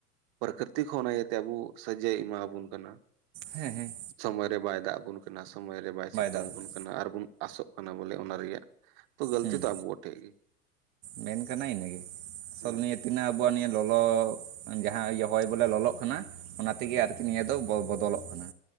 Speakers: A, on the right; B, on the right.
A: ᱯᱨᱟᱠᱨᱤᱛᱤᱠ ᱦᱚᱸ ᱚᱱᱟ ᱤᱭᱟᱹᱛᱮ ᱟᱵᱚ ᱥᱟᱡᱟᱭ ᱮᱢᱟᱵᱚᱱ ᱠᱟᱱᱟ
B: ᱦᱮᱸ ᱦᱮᱸ
A: ᱥᱚᱢᱚᱭ ᱨᱮ ᱵᱟᱭ ᱫᱟᱜ ᱟᱵᱚᱱ ᱠᱟᱱᱟ ᱥᱚᱢᱚᱭ ᱨᱮ ᱵᱟᱭ ᱥᱤᱛᱩᱝ
B: ᱫᱟᱜ ᱮᱫᱟ
A: ᱵᱚᱱ ᱠᱟᱱᱟ ᱟᱨᱵᱚᱱ ᱟᱥᱚᱜ ᱠᱟᱱᱟ ᱵᱚᱞᱮ ᱚᱱᱟ ᱨᱮᱭᱟᱜ ᱛᱚ ᱜᱟᱹᱞᱛᱤ
B: ᱦᱮᱸ
A: ᱫᱚ ᱟᱵᱚᱣᱟᱜ ᱱᱤᱛᱚᱜ ᱜᱮ
B: ᱢᱮᱱ ᱠᱟᱱᱟ ᱤᱱᱟᱹᱜᱮ ᱟᱥᱚᱞ
A: ᱦᱩᱸ
B: ᱱᱤᱭᱟᱹ ᱛᱤᱱᱟᱹᱜ ᱟᱵᱚᱣᱟᱜ ᱱᱤᱭᱟᱹ ᱞᱚᱞᱚᱻᱻ ᱡᱟᱦᱟᱸ ᱤᱭᱟᱹ ᱦᱚᱭ ᱵᱚᱞᱮ ᱞᱚᱞᱚᱜ ᱠᱟᱱᱟ ᱚᱱᱟ ᱛᱮᱜᱮ ᱟᱨᱠᱤ ᱱᱤᱭᱟᱹ ᱫᱚ ᱵᱚ ᱵᱚᱫᱚᱞᱚᱜ ᱠᱟᱱᱟ